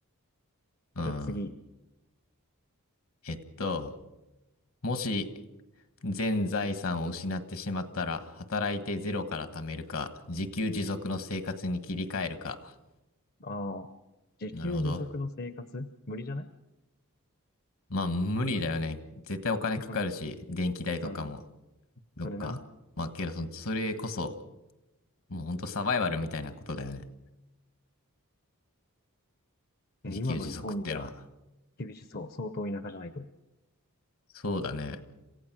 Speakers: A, on the left; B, on the left.
A: うん。
B: じゃあ次。
A: えっと、もし、全財産を失ってしまったら、働いてゼロから貯めるか、自給自足の生活に切り替えるか。
B: ああ。自給自足の生活無理じゃない
A: なるほど。まあ、無理だよね。絶対お金かかるし、
B: <laughs>
A: 電気代とかも、
B: うん。
A: どっか。
B: それな。
A: まあ、けどそ、それこそ、もうほんとサバイバルみたいなことだよね。
B: え今の日本じゃ
A: 自給自足ってのは。
B: 厳しそう。相当田舎じゃないと。
A: そうだね。